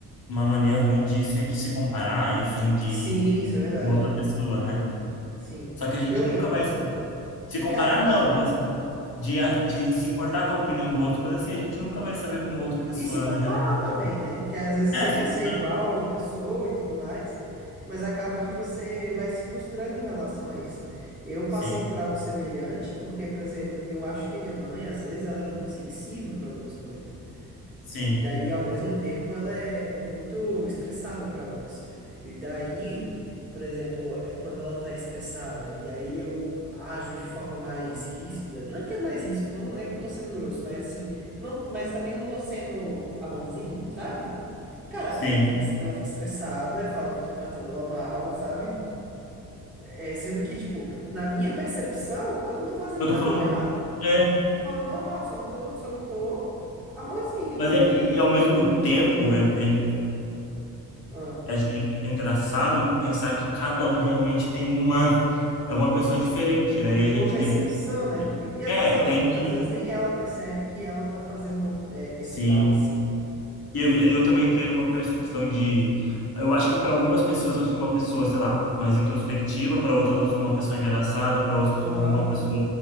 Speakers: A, on the left (about 50°); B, in the centre.
A: uma mania ruim de sempre se comparar, enfim, de
B: sim, isso é verdade.
A: uma outra pessoa, né?
B: Sim.
A: Só que a gente
B: Eu,
A: nunca
B: eu-
A: vai sa- se comparar,
B: cara.
A: não, mas de, a- de se importar com a opinião do outro, mas assim, a gente nunca vai saber como a outra pessoa
B: E se comparar
A: realmente.
B: também, né? Que às vezes
A: É,
B: você quer
A: se
B: ser
A: comparar.
B: igual a uma pessoa e tudo mais, mas acaba que você vai se frustrando em relação a isso. Eu
A: Sim,
B: passei por algo semelhante, porque, por exemplo, eu acho que minha mãe, às vezes, ela é muito sensível para algumas coisas.
A: sim,
B: E daí, ao mesmo tempo, ela é, é muito estressada para outras. E daí, por exemplo, é quando ela tá estressada e aí eu ajo de forma mais ríspida, não é que é mais ríspido, não é que eu tô sendo grosso, mas assim, não, mas também não tô sendo amorzinho, sabe? Cara,
A: sim.
B: ela fica, ela fica estressada e fala que eu tô tratando ela mal, sabe? É, sendo que, tipo, na minha percepção, eu não tô fazendo
A: Eu tô
B: nada
A: falando
B: de errado.
A: aqui. É.
B: Falando normal, só não tô, só não tô amorzinho e
A: Mas
B: tudo
A: é,
B: mais,
A: e, e ao mesmo tempo é, é,
B: né?
A: é, é é engraçado pensar que cada um realmente tem uma é uma pessoa diferente, né? E a gente
B: uma percepção,
A: diria,
B: né? E às
A: é,
B: vezes ela,
A: tem que
B: às vezes nem ela percebe que ela tá fazendo é, esse
A: sim.
B: mal assim, né?
A: E eu, eu também entrei numa percepção de eu acho que para algumas pessoas eu sou uma pessoa, sei lá, mais introspectiva, para outras eu sou uma pessoa engraçada, para outras
B: Aham.
A: eu sou uma pessoa